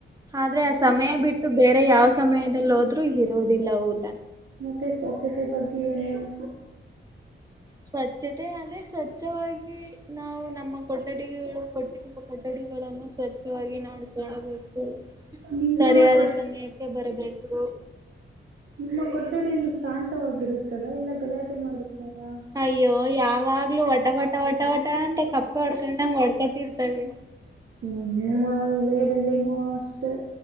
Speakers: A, on the right; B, on the right.
A: ಆದ್ರೆ ಆ ಸಮಯ ಬಿಟ್ಟು ಬೇರೆ ಯಾವ್ ಸಮಯದಲ್ಲಿ ಹೋದ್ರು ಇರುವುದಿಲ್ಲ ಊಟ.
B: ಮತ್ತೆ ಸ್ವಚ್ಛತೆ ಬಗ್ಗೆ ಏನೇನು
A: ಸ್ವಚತೆ ಸ್ವಚ್ಛವಾಗಿ ನಾವು ನಮ್ಮ ಕೊಠಡಿಗಳ ಕೊಟ್ಟಿ ಕೊಠಡಿಗಳನ್ನು ಸ್ವಚ್ಛವಾಗಿ ನೋಡ್ಕಳ್ಬೇಕು
B: ನಿಮ್ಮ
A: ಸರಿಯಾದ
B: ಕೊಠ
A: ಸಮಯಕ್ಕೆ ಬರಬೇಕು
B: ನಿಮ್ಮ ಕೊಠಡಿಯಲ್ಲಿ ಶಾಂತವಾಗಿರುತ್ತದಾ ಎಲ್ಲ ಗಲಾಟೆ ಮಾಡುತ್ತಾರಾ
A: ಅಯ್ಯೋ ಯಾವಾಗ್ಲೂ ವಟ ವಟ ವಟ ವಟ ಅಂತ ಕಪ್ಪೆ ಹೊಡ್ಕೊಂಡಂಗ ಹೊಡ್ಕೊತಿರ್ತವೆ
B: ಹ್ಮ ನಿಮ್ಮ ವಲಯದಲ್ಲಿನೂ ಅಷ್ಟೇ